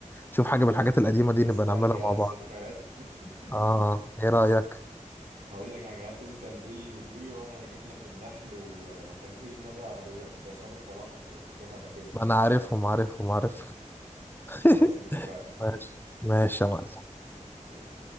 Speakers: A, on the left; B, on the right.
A: نشوف حاجه من الحاجات القديمه
B: نسترجع
A: دي نبقى نعملها مع
B: الذكريات
A: بعض
B: دي <laughs>
A: اه ايه رايك
B: هقول لك حاجة هات انت البلي واليويو وانا هجيب لك النحل و... وكان في في دماغي عربيات سابق ولاحق لو فاكرها بجيبها انا
A: انا عارفهم عارفهم عارفهم <laughs>
B: خلاص اتفقنا
A: ماشي ماشي يا معلم
B: يلا.